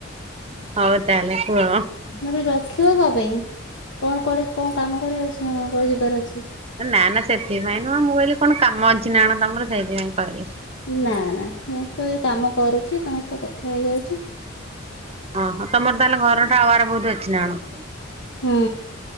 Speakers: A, on the right (about 30°); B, on the left (about 60°).
A: ହଉ ତାହଲେ କୁ
B: ଘ ରଖିବ କଣ ପାଇଁ କଣ କୁଆଡେ କଣ କାମ କରିବାର ଅଛି ନା କଣ କୁଆଡେ ଯିବାର ଅଛି।
A: ନା ନା ସେଥିପାଇଁ ନୁହଁ ମୁଁ କହିଲି କଣ କାମ ଅଛି ନା କଣ ତମର ସେଇଥିପାଇଁ କହିଲି।
B: ନା ନା ମୁଁ ତ ଏଇ କାମ କରୁଛି ତମସ୍ତେ କଥା ହେଇଯାଉଛି।
A: ଓହୋ ତମର ତାହେଲେ ଘର ଟା ଆୱାର ବହୁତ ଅଛି ନା କଣ।
B: ହୁଁ